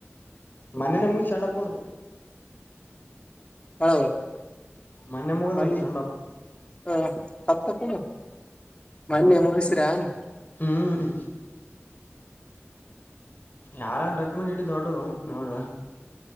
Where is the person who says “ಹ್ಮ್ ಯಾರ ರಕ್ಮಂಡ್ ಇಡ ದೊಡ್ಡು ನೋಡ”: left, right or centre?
Left